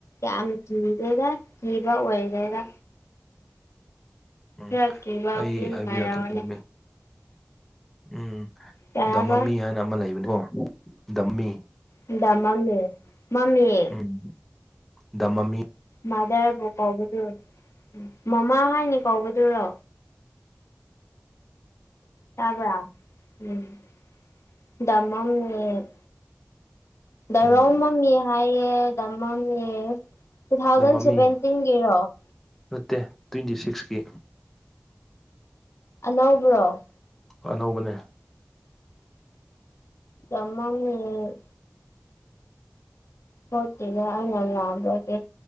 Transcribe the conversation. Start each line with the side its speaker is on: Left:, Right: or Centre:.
Left: ꯌꯥꯝ ꯀꯤꯗꯦꯗꯥ ꯀꯤꯕ ꯑꯣꯏꯗꯦꯗꯥ
Centre: ꯎꯝ
Left: ꯈꯥꯔ ꯀꯤꯕ
Centre: ꯑꯩ
Left: ꯐꯤꯜꯂꯝ
Centre: ꯍꯥꯏꯕꯤꯔꯛꯀꯦ
Left: ꯍꯥꯏꯔꯛ ꯑꯣꯅꯦ
Centre: ꯃꯃꯤꯡ ꯎꯝ
Left: ꯀꯩ
Centre: ꯗꯥ
Left: ꯍꯥꯏꯕ
Centre: ꯃꯃꯤ ꯍꯥꯏꯅ ꯑꯃ ꯂꯩꯕꯀꯣ ꯗꯝꯃꯤ
Left: ꯗꯥ ꯃꯥꯝꯂ‌ꯦ ꯃꯥꯝꯃ‌ꯦ
Centre: ꯎꯝ ꯗꯥ ꯃꯥꯝꯃꯤ
Left: ꯃꯥꯗ꯭ꯔꯕꯨ ꯀꯧꯕꯗꯨꯔꯣ ꯃꯝꯃꯥ ꯍꯥꯏꯅ ꯀꯧꯕꯗꯨꯔꯣ ꯇꯥꯕ꯭ꯔꯥ ꯎꯝ ꯗꯥ ꯃꯝꯃ‌ꯦ <unintelligible>
Centre: ꯎꯝ
Left: ꯍꯥꯏꯌꯦ ꯗꯥ ꯃꯝꯃꯤ ꯇꯨ ꯊꯥꯎꯖꯟ
Centre: ꯗ ꯃꯃꯤ
Left: ꯁꯥꯚꯦꯟꯇꯤꯟꯒꯤꯔꯣ
Centre: ꯅꯠꯇꯦ ꯇ꯭ꯋꯦꯟꯇꯤ ꯁꯤꯛꯁꯀꯤ
Left: ꯑꯅꯧꯕ꯭ꯔꯣ
Centre: ꯑꯅꯧꯕꯅꯦ
Left: ꯗꯥ ꯃꯝꯃ‌ꯦ ꯊ‌ꯣꯛꯇ‍ꯦꯗꯥ ꯑꯩꯅ ꯂꯥꯟꯕ꯭ꯔ ꯀꯩ